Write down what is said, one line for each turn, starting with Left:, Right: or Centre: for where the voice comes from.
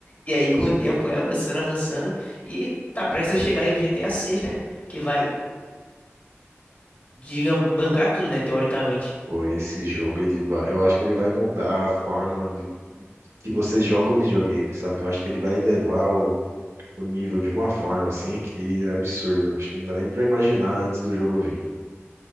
Left: E aí, com o tempo, foi avançando, avançando. E tá prestes a chegar aí o GTA VI, né? Que vai digam, bancar tudo, né? Teoricamente.
Right: Pô, esse jogo, ele vai. Eu acho que ele vai mudar a forma de que você joga o videogame, sabe? Eu acho que ele vai elevar o, o nível de uma forma, assim, que é absurda. Acho que não dá nem pra imaginar antes do jogo vir.